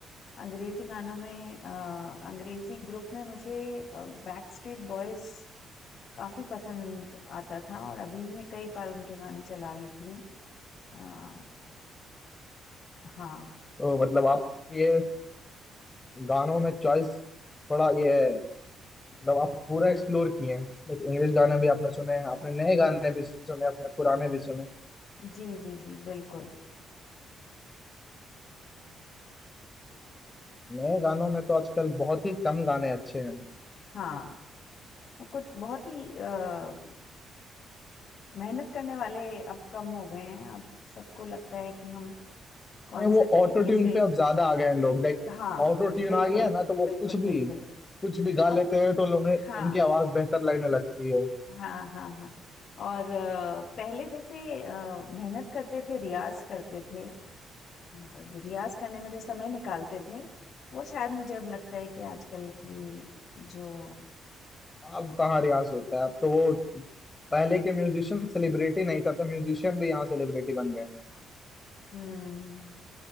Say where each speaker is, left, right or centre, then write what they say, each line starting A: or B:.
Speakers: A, on the left; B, on the left.
A: अंग्रेजी गानों में अ, अंग्रेजी ग्रुप में मुझे बैक स्ट्रीट बॉयज काफी पसंद आता था और अभी भी मैं कई बार उनके गाने चला लेती हूँ अ, हाँ
B: तो मतलब आप ये गानों में चॉइस थोड़ा ये है, मतलब आप पूरा एक्सप्लोर किए हैं एक इंग्लिश गाने भी आपने सुने हैं आपने नए गाने भी सुने अपने पुराने भी सुने
A: जी जी जी बिल्कुल
B: नए गानों में तो आजकल बहुत ही कम गाने अच्छे हैं
A: हाँ और कुछ बहुत ही अ, मेहनत करने वाले अब कम हो गए हैं अब सबको लगता है कि हम कौन
B: नहीं वो
A: से तरीके
B: ऑटो ट्यून
A: से
B: पे अब ज्यादा आ गए हैं लोग लाइक
A: हाँ
B: ऑटो ट्यून
A: बिल्कुल
B: आ गया है ना तो वो
A: बिल्कुल
B: कुछ भी
A: बिल्कुल
B: कुछ भी गा
A: अब
B: लेते हैं तो उन्हें
A: हाँ
B: उनकी आवाज बेहतर लगने लगती है
A: हाँ हाँ हाँ और अ, पहले जैसे अ, मेहनत करते थे रियाज करते थे और जो रियाज करने में जो समय निकालते थे वो शायद मुझे अब लगता है कि आजकल की जो
B: अब कहाँ रियाज होता है अब तो वो पहले के म्यूजिशियन सेलिब्रिटी नहीं था तो म्यूजिशियन भी यहाँ सेलिब्रिटी बन गए हैं
A: हम्म